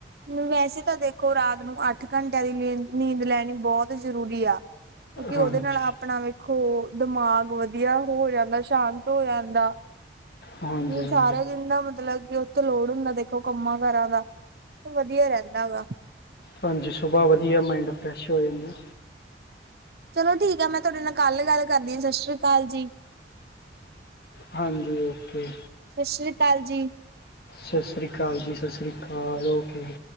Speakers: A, on the right; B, on the left.
A: ਨੀ ਵੈਸੇ ਤਾਂ ਦੇਖੋ, ਰਾਤ ਨੂੰ ਅੱਠ ਘੰਟਿਆਂ ਦੀ ਨੀਂ-ਨੀਂਦ ਲੈਣੀ ਬਹੁਤ ਜ਼ਰੂਰੀ ਆ। ਕਿਉਂਕਿ
B: ਹਾਂਜੀ
A: ਉਹਦੇ ਨਾਲ ਆਪਣਾ ਵੇਖੋ ਦਿਮਾਗ ਵਧੀਆ ਹੋ ਜਾਂਦਾ। ਸ਼ਾਂਤ ਹੋ ਜਾਂਦਾ
B: ਹਾਂਜੀ
A: ਹੁਣ
B: ਹਾਂਜੀ
A: ਸਾਰਾ ਈ ਦਿਨ ਨਾ ਮਤਲਬ ਕਿ ਉੱਤੋਂ ਲੋਡ ਹੁੰਦਾ ਦੇਖੋ, ਕੰਮਾਂ-ਕਾਰਾਂ ਦਾ। ਵਧੀਆ ਰਹਿੰਦਾ ਵਾ।
B: ਹਾਂਜੀ, ਸੁਬਾਹ ਵਧੀਆ ਮਾਇੰਡ ਫਰੈਸ਼ ਹੋ ਜਾਂਦਾ।
A: ਚਲੋ ਠੀਕ ਆ। ਮੈਂ ਤੁਹਾਡੇ ਨਾਲ ਕੱਲ ਗੱਲ ਕਰਦੀ ਆ। ਸਾਸ਼ਰੀ ਕਾਲ ਜੀ।
B: ਹਾਂਜੀ, ਓਕੇ।
A: ਸਾਸਰੀ ਕਾਲ ਜੀ।
B: ਸਾਸਰੀ ਕਾਲ ਜੀ, ਸਾਸਰੀ ਕਾਲ। ਓਕੇ ਜੀ।